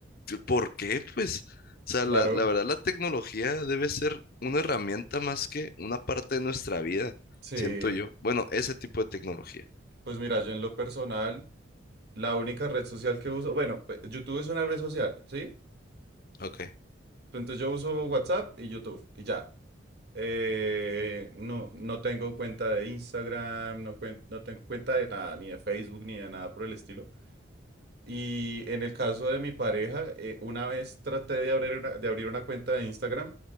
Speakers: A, on the left (about 50°); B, on the right (about 55°).
A: ¿Por qué? Pues o sea,
B: claro.
A: la, la verdad, la tecnología debe ser una herramienta más que una parte de nuestra vida,
B: Sí.
A: siento yo. Bueno, ese tipo de tecnología.
B: Pues mira, yo en lo personal... La única red social que uso, bueno, pues, YouTube es una red social, ¿sí?
A: Ok,
B: Entonces yo uso WhatsApp y YouTube y ya. Eh, no, no tengo cuenta de Instagram, no, cuen- no tengo cuenta de nada, ni de Facebook, ni de nada por el estilo. Y en el caso de mi pareja, eh, una vez traté de abrir una, de abrir una cuenta de Instagram